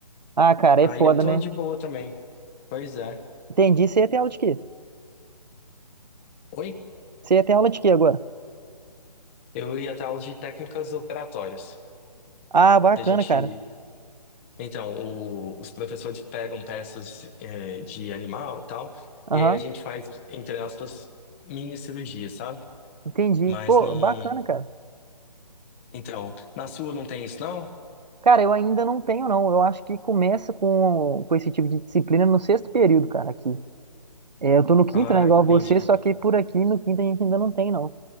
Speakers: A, on the right; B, on the left.
A: Ah, cara,
B: Aí
A: é foda,
B: eu tô
A: né?
B: de boa também. Pois é.
A: Entendi. Você ia ter aula de quê?
B: Oi?
A: Você ia ter aula de quê agora?
B: Eu ia até aula de técnicas operatórias.
A: Ah, bacana,
B: Que a gente.
A: cara.
B: Então, o- os professores pegam peças, eh, de animal e tal,
A: Aham,
B: e aí a gente faz, entre aspas, mini cirurgia, sabe?
A: entendi.
B: Mas
A: Pô,
B: não.
A: bacana, cara.
B: Então, na sua não tem isso, não?
A: Cara, eu ainda não tenho, não. Eu acho que começa com, com esse tipo de disciplina no sexto período, cara, aqui. É, eu tô no
B: Ah,
A: quinto, né, igual
B: entendi.
A: você, só que por aqui no quinto a gente ainda não tem, não.